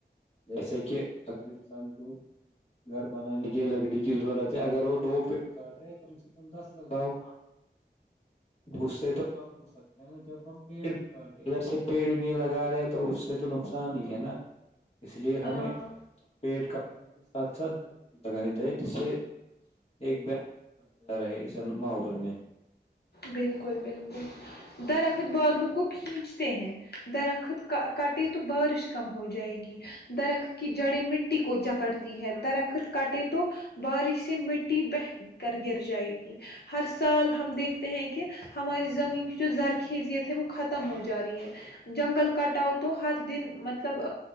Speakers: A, on the left; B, on the left.
A: جیسے کہ اگر انسان کو گھر بنانے کی لکڑی کی ضرورت ہے اگر وہ دو پیڑ کاٹ رہے ہیں کم سے کم دس لگاؤ اس سے تو کم ہو سکتا ہے نا جب ہم پیڑ بھی کاٹ رہے ہیں ادھر سے پیڑ بھی لگا رہے تو اس سے تو نقصان ہی ہے نا اس لیے
B: ہاں
A: ہمیں پیٹ کا ساتھ ساتھ لگانی چاہیے جس سے ایک بتا رہے اس ماحول میں
B: بالکل بالکل درخت د خت بادلوں کو کھینچتے ہیں درخت کٹے تو بارش کم ہو جائے گی درخت کی جڑیں مٹی کو جکٹتی ہے درخت کٹے تو بارش سے مٹی بہ کر گر جائے گی ہر سال ہم دیکھتے ہیں کہ ہماری زمین کی جو زرخیزیت ہے وہ ختم ہو جا رہی ہے جنگل کٹاؤ تو ہر دن مطلب